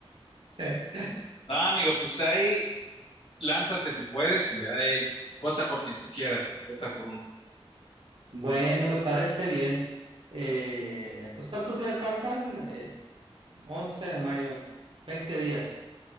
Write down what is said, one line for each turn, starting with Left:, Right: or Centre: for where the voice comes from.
Right: <laughs>
Left: <laughs> no, amigo, pues ahí, lánzate si puedes y ya eh, vota por quien tú quieras, pero vota por uno.
Right: Bueno, me parece bien. Eh, pues ¿cuántos días faltan? Eh, 11 de mayo, Veinte días.